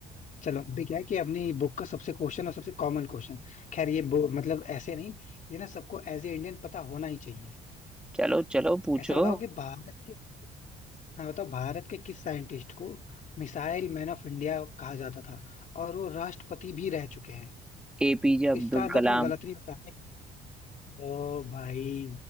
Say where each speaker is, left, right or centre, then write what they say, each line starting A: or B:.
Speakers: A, on the left (about 50°); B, in the centre.
A: चलो अभी क्या है कि अपनी बुक का सबसे क्वेश्चन और सबसे कॉमन क्वेश्चन खैर ये बो- मतलब ऐसे नहीं ये ना सबको एज ए इंडियन पता होना ही चाहिए
B: चलो चलो पूछो
A: ऐसा बताओ कि भारत के हाँ बताओ भारत के किस साइंटिस्ट को मिसाइल मैन ऑफ इंडिया कहा जाता था और वो राष्ट्रपति भी रह चुके हैं
B: एपीजे
A: इसका
B: अब्दुल
A: आंसर
B: कलाम
A: तुम्हें गलत नहीं बताना है ओ भाई